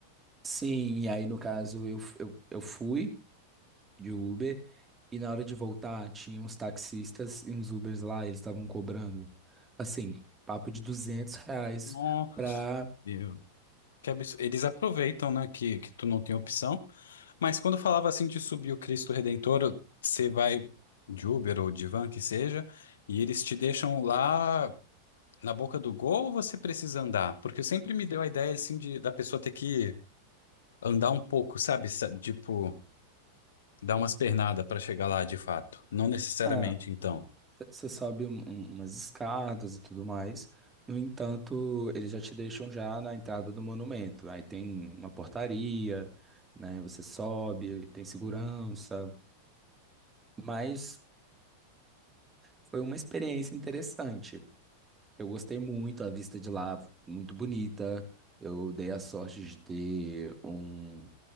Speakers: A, on the right; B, on the left.
A: sim, e aí no caso eu, f- eu, eu fui. de Uber e na hora de voltar tinha uns taxistas e uns Ubers lá, e eles estavam cobrando, assim, papo de duzentos reais
B: Nossa,
A: pra...
B: eu- que absurdo. Eles aproveitam, né, que, que tu não tem opção. Mas quando falava assim de subir o Cristo Redentor, você vai de Uber ou de van, que seja, e eles te deixam lá na boca do gol ou você precisa andar? Porque sempre me deu a ideia assim de da pessoa ter que andar um pouco, sabe? Sa- Tipo, dar umas pernadas para chegar lá de fato. Não necessariamente,
A: Ah,
B: então.
A: você sobe um- um- umas escadas e tudo mais. No entanto, eles já te deixam já na entrada do monumento. Aí tem uma portaria, né? Você sobe, tem segurança, mas foi uma experiência interessante. Eu gostei muito, a vista de lá, muito bonita. Eu dei a sorte de ter um,